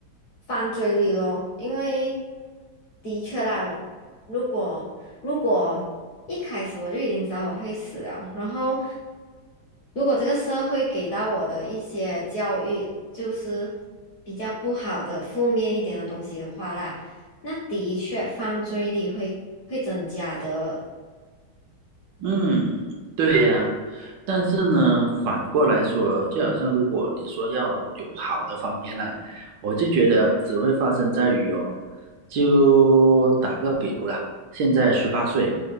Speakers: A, on the left; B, on the right.
A: 犯罪率咯，因为的确啦，如果如果一开始我就已经知道我会死了，然后如果这个社会给到我的一些教育就是比较不好的、负面一点的东西的话啦，那的确犯罪率会会增加的。
B: 嗯，对呀。但是呢，反过来说，就好像如果你说要有好的方面呢、我就觉得只会发生在于哦，就打个比如啦，现在十八岁，